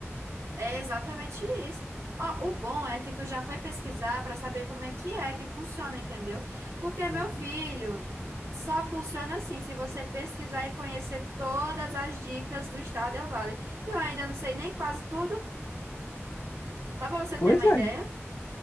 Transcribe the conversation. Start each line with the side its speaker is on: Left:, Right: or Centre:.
Right: É exatamente isso. Ó, o bom é que tu já foi pesquisar para saber como é que é que funciona, entendeu? Porque, meu
Left: Uhum.
Right: filho, só funciona assim se você pesquisar e conhecer todas as dicas do Estado Del Vale. Eu ainda não sei nem quase tudo, só para você
Left: Pois
Right: ter uma
Left: é,
Right: ideia.